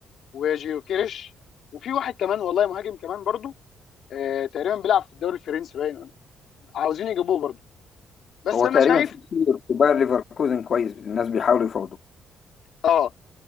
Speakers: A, on the left; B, on the left.
A: وجيوكيريش وفي واحد كمان والله مهاجم كمان برضو آه تقريبا بيلعب في الدوري الفرنسي باين عاوزين يجيبوه برضو بس
B: هو
A: انا
B: تقريبا
A: شايف
B: في كتير في باير ليفركوزن كويس الناس بيحاولوا يفاوضوا
A: اه